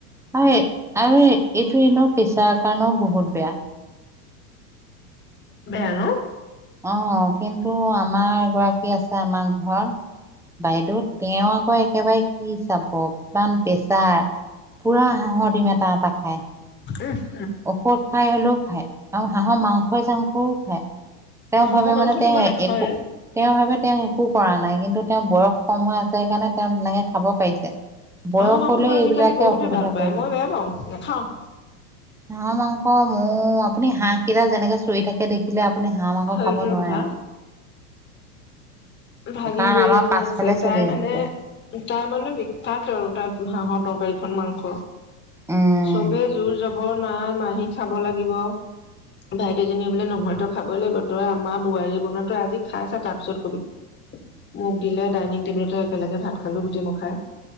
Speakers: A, in the centre; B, on the left.
A: হয় আৰু এইটো এনেও পেচাৰ কাৰণেও বহুত বেয়া।
B: বেয়া নো
A: অহ কিন্তু আমাৰ এগৰাকী আছে আমাৰ ঘৰত। বাইদেউ তেওঁ আকৌ একেবাৰে কি চাব ইমান প্ৰেছাৰ পুৰা হাঁহৰ দিম এটা-এটা খাই।
B: <unintelligible>
A: ঔষধ খাই হ'লেও খাই আৰু হাঁহৰ মাংসই চাংসও খায় তেওঁ
B: হাঁহৰ
A: ভাৱে
B: মাংসটো
A: মানে তেওঁ
B: মই নাখাওৱে
A: একো তেওঁ ভাবে তেওঁ একো কৰা নাই কিন্তু তেওঁ বয়স কম হৈ আছে সেই কাৰণে তেওঁ তেনেকৈ খাব পাৰিছে। বয়স
B: হাঁহৰ মাংসটো
A: হলে
B: আজিকালি
A: এইবিলাকে
B: বহুতে
A: অসুবিধা
B: ভাল
A: কৰিব।
B: পায় মই বেয়া পাওঁ নাখাওঁ
A: হাঁহ মাংস মৌ আপুনি হাঁহ কেইডাল যেনেকৈ চিঞৰি থাকে আপুনি দেখিলে আপুনি হাঁহ মাংস
B: হয়টো
A: খাব নোৱাৰে।
B: কথা ভাগিন
A: কাৰণ
B: বোৱাৰী
A: আমাৰ
B: এজনী
A: পাছফালে
B: আছে তাই
A: চলি
B: মানে
A: থাকে
B: তাই মানে বিখ্যাত আৰু তাই হাঁহৰ তৰকাৰী আৰু মাংস
A: উম
B: চবে জোৰ যবৰ নাই মাহী খাব লাগিব ভাইটিজনী বোলে নহয়তো খাব লাগিব তই আমাৰ বোৱাৰীয়ে বনা তই আজি খাই ছা তাৰ পিছত কবি। মোক দিলে ডাইনিং টেবুলতে একেলগে ভাত খালো। গোটেই মই খাই